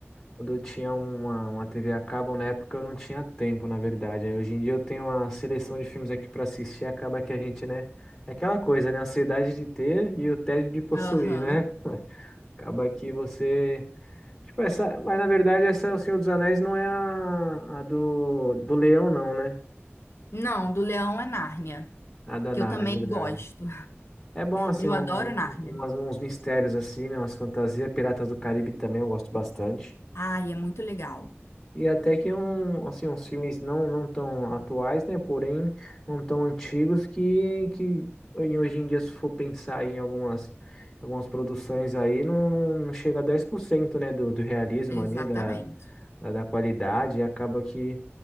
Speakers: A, in the centre; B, on the left (about 65°).
A: Quando eu tinha uma, uma TV a cabo, na época eu não tinha tempo, na verdade. Aí hoje em dia eu tenho uma seleção de filmes aqui pra assistir, acaba que a gente, né? É aquela coisa, né? A ansiedade de ter e o tédio de possuir,
B: Aham.
A: né? <laughs> Acaba que você. Tipo, essa. Mas na verdade, essa O Senhor dos Anéis não é a, a do, do Leão, não, né?
B: Não, do Leão é Nárnia.
A: A da
B: que
A: Narnia,
B: eu também
A: na verdade.
B: gosto.
A: É bom, assim,
B: Eu
A: um,
B: adoro Nárnia.
A: um, umas- uns mistérios, assim, né? Umas fantasias. Piratas do Caribe também eu gosto bastante.
B: Ai, é muito legal.
A: E até que um, assim, uns filmes não, não tão atuais, né? Porém, não tão antigos que, que em- hoje em dia, se for pensar em algumas, algumas produções aí, não, não chega a 10% né? Do, do realismo
B: Exatamente.
A: ali, da, da, da qualidade, e acaba que